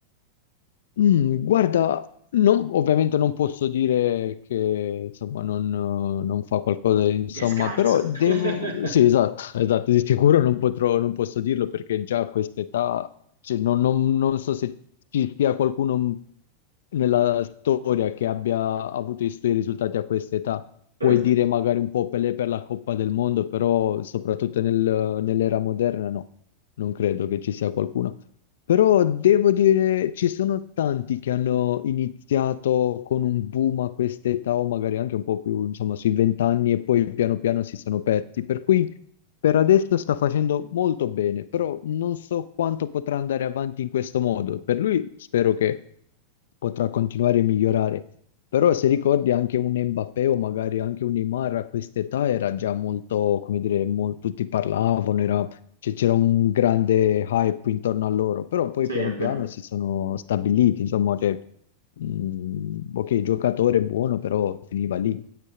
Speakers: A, on the left; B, on the right.
A: Mm, guarda, non- ovviamente non posso dire che insomma, non, eh, non fa qualcosa, insomma,
B: che è scarso.
A: però devo...
B: <laughs>
A: Sì, esatto, <laughs> esatto, di sicuro non potrò, non posso dirlo perché già a quest'età, cioè, non, non- non so se ci sia qualcuno nella storia che abbia avuto i suoi risultati a quest'età. Puoi
B: Certo,
A: dire magari un po' Pelé per la Coppa del Mondo, però soprattutto nel- nell'era moderna no, non credo che ci sia qualcuno. Però devo dire, ci sono tanti che hanno iniziato con un boom a quest'età o magari anche un po' più, insomma, sui vent'anni e poi piano piano si sono persi. Per cui per adesso sta facendo molto bene, però non so quanto potrà andare avanti in questo modo. Per lui spero che potrà continuare a migliorare. Però se ricordi anche un Mbappé o magari anche un Neymar a quest'età era già molto, come dire, mol- tutti parlavano, era cioè, c'era un grande hype intorno a loro, però poi
B: sì,
A: piano
B: è vero.
A: piano si sono stabiliti, insomma, cioè, mh, ok, il giocatore è buono, però finiva lì.